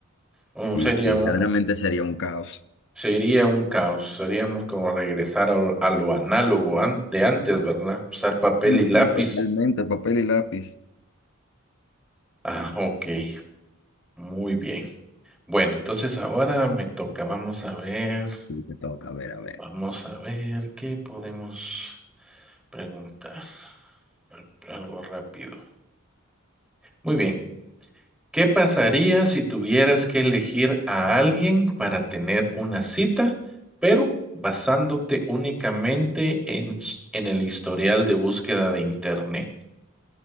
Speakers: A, in the centre; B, on the left.
A: Un-
B: Sí,
A: sería
B: sí, verdaderamente
A: un,
B: sería un caos.
A: Sería un caos, seríamos como regresar a, lo a lo análogo an- de antes, ¿verdad? Usar papel
B: Sí,
A: y
B: sí,
A: lápiz.
B: totalmente, papel y lápiz.
A: Ah, ok, muy bien. Bueno, entonces ahora me toca, vamos a ver,
B: Sí, te toca, a ver, a ver.
A: vamos a ver qué podemos preguntar. Al- Algo rápido. Muy bien, ¿qué pasaría si tuvieras que elegir a alguien para tener una cita, pero basándote únicamente en s- en el historial de búsqueda de Internet?